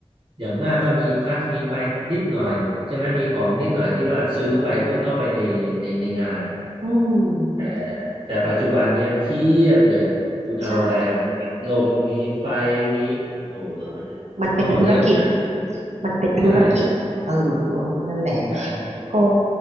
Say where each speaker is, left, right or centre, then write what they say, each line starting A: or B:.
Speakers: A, on the right (about 50°); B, on the right (about 80°).
A: อย่างมากก็มีพัดมีไฟนิดหน่อยใช่ไหมมีของนิดหน่อยที่ว่าซื้อเข้าไปเพื่อเข้าไปในในในงาน
B: อืม
A: แต่แต่ปัจจุบันเนี่ยเพียบเลยคุณเอาอะไรอ่ะมีลมมีไฟ
B: ใช่
A: มีโอ้โห
B: มันเป็นธุรกิจ
A: ต้องบอกเยอะมาก
B: มันเป็นธุรกิจเออ
A: ใช่
B: นั่นแหละ
A: ใช่
B: ก็